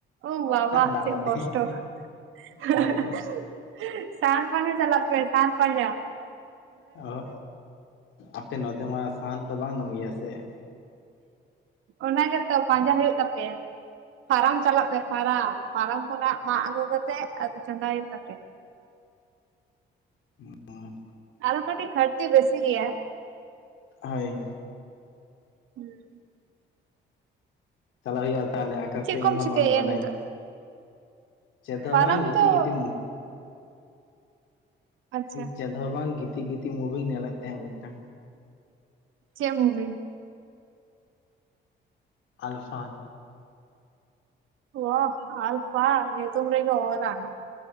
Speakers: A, on the right (about 85°); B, on the left (about 80°).
A: ᱳᱼ, ᱵᱟᱵᱟ
B: ᱫᱟᱜ
A: ᱪᱮᱫ
B: ᱢᱟᱹᱰᱤ
A: ᱠᱚᱥᱴᱚ? ᱦᱟᱸᱦᱟᱸᱦᱟᱸᱧ
B: ᱦᱳᱭ
A: ᱾ ᱥᱟᱸᱧᱼ, <unintelligible> ᱯᱟᱸᱡᱟ ᱪᱟᱞᱟᱜ ᱯᱮ, <unintelligible> ᱯᱟᱸᱡᱟ ᱾
B: ᱚᱦᱼ, ᱟᱯᱮ ᱱᱚᱛᱮ, ᱢᱟ ᱥᱟᱦᱟᱱ ᱫᱚ, ᱵᱟᱝ? ᱱᱟᱢ ᱜᱮᱭᱟ ᱥᱮ ᱾
A: ᱚᱱᱮ ᱜᱮᱛᱚ, ᱯᱟᱸᱡᱟ ᱦᱩᱭᱩᱜ ᱛᱟᱯᱮᱭᱟ ᱾ ᱯᱷᱟᱨᱟᱢ ᱪᱟᱞᱟᱜ ᱯᱮ, ᱯᱷᱟᱨᱟᱢ, ᱯᱷᱟᱨᱟᱢ ᱠᱷᱚᱱᱟᱜ, ᱢᱟᱜ ᱟᱹᱜᱩ ᱠᱟᱛᱮᱜ, ᱟᱫᱚ ᱪᱚᱸᱫᱟᱭ ᱦᱩᱭᱩᱜ ᱛᱟᱯᱮᱭᱟ ᱾
B: ᱸ <unintelligible>
A: ᱟᱫᱚ ᱠᱟᱹᱴᱤᱡ, ᱠᱷᱟᱨᱴᱤ ᱵᱮᱥᱤ ᱜᱮᱭᱟ ᱾
B: ᱦᱳᱭ ᱾
A: ᱦᱩᱸ <inaudible>
B: ᱪᱟᱞᱟᱣ ᱦᱩᱭᱩᱜᱼᱟ ᱾ ᱛᱟᱦᱚᱞᱮ, ᱟᱠᱟ
A: ᱪᱮᱫ
B: ᱥᱮ,
A: ᱠᱚᱢ
B: ᱤᱧ ᱦᱚᱸ
A: ᱪᱤᱠᱟᱹᱭᱮᱫᱼᱟ
B: ᱵᱟᱝ ᱵᱟᱰᱟᱭᱟᱧ?
A: ᱱᱤᱛᱚᱜ
B: ᱪᱮᱫ ᱦᱚᱸ
A: ᱯᱷᱟᱨᱟᱢ
B: ᱵᱟᱝ, ᱜᱤᱛᱤ,
A: ᱛᱚ
B: ᱜᱤᱛᱤ
A: ᱟᱪᱪᱷᱟ
B: ᱪᱮᱫ ᱦᱚᱸ ᱵᱟᱝ? ᱜᱤᱛᱤ, ᱜᱤᱛᱤ ᱢᱩᱵᱷᱤᱧ, ᱧᱮᱞᱮᱫ ᱛᱟᱦᱮᱸ ᱢᱤᱫᱴᱟᱝ ᱾
A: ᱪᱮᱫ ᱢᱩᱵᱷᱤ?
B: ᱟᱞᱯᱷᱟ ᱾
A: ᱚᱼ, ᱟᱞᱯᱷᱟ! ᱧᱩᱛᱩᱢ ᱨᱮᱜᱮ ᱚᱨᱟ ᱾